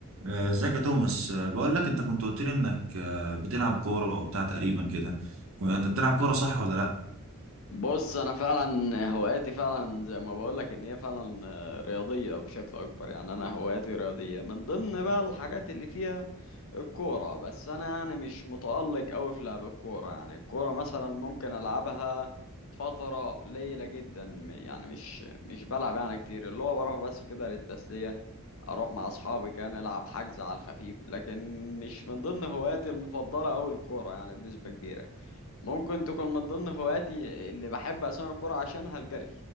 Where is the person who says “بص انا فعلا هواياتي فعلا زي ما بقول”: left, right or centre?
Left